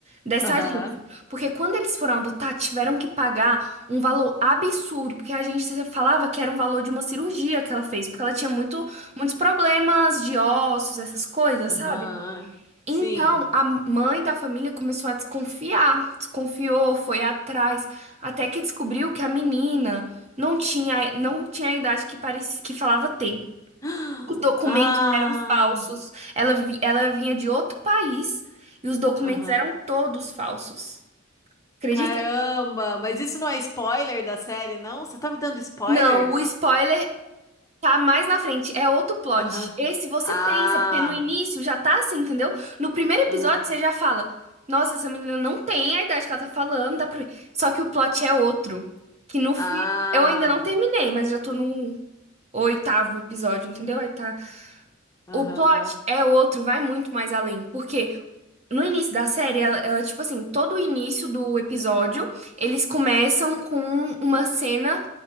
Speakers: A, on the right; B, on the left.
A: Dessa
B: aham,
A: agência. Porque quando eles foram adotar, tiveram que pagar um valor absurdo, porque a agência falava que era um valor de uma cirurgia que ela fez, porque ela tinha muito, muitos problemas de ossos, essas coisas,
B: aham.
A: sabe?
B: Sim.
A: Então, a mãe da família começou a desconfiar, desconfiou, foi atrás, até que descobriu que a menina não tinha, não tinha a idade que parecia, que falava ter.
B: <gasps>
A: Os documentos
B: Ah,
A: eram falsos. Ela, vi- ela vinha de outro país e os documentos
B: aham.
A: eram todos falsos. Acredita?
B: Caramba, mas isso não é spoiler da série, não? Você tá me dando spoilers?
A: Não, o spoiler tá mais na frente. É outro plot.
B: Aham.
A: Esse você
B: Ah.
A: pensa, porque no início já tá assim, entendeu? No primeiro episódio
B: Aham.
A: você já fala: Nossa, essa menina não tem a idade que ela tá falando. Dá pra... ver." Só que o plot é outro. Que no fi...
B: Ah,
A: Eu ainda não terminei, mas já tô no oitavo episódio, entendeu? Aí tá.
B: aham.
A: O plot é outro, vai muito mais além. Porque no início da série, ela, ela, tipo assim, todo o início do episódio, eles começam com uma cena